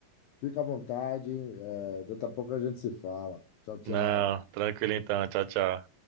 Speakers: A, on the left; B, on the right.
A: Fica à vontade. É, daqui a pouco a gente se fala. Tchau, tchau.
B: Não, tranquilo então, tchau, tchau.